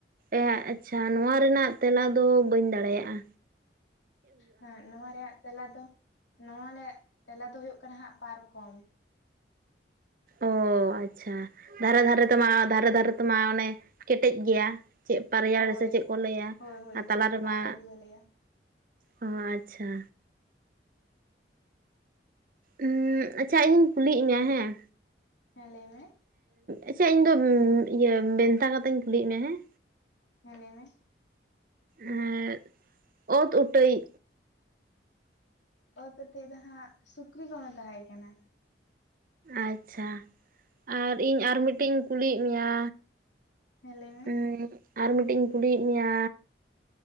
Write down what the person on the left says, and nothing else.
ᱦᱮᱸ ᱱᱚᱣᱟ ᱨᱮᱭᱟᱜ ᱛᱮᱞᱟ ᱫᱚ ᱱᱚᱣᱟ ᱨᱮᱭᱟᱜ ᱛᱮᱞᱟ ᱫᱚ ᱦᱩᱭᱩᱜ ᱠᱟᱱᱟ ᱦᱟᱸᱜ ᱯᱟᱨᱠᱚᱢ
ᱦᱳᱭ
ᱦᱳᱭ ᱦᱳᱭ
ᱯᱟᱭᱲᱟ ᱜᱮᱠᱚ ᱞᱟᱹᱭᱟ
ᱦᱮᱸ ᱞᱟᱹᱭ ᱢᱮ
ᱦᱮᱸ ᱞᱟᱹᱭ ᱢᱮ
ᱚᱛ ᱩᱴᱟᱹᱭᱤᱡ ᱫᱚ ᱦᱟᱸᱜ ᱥᱩᱠᱨᱤ ᱠᱚ ᱢᱮᱛᱟᱭ ᱠᱟᱱᱟ
ᱦᱮᱸ ᱞᱟᱹᱭ ᱢᱮ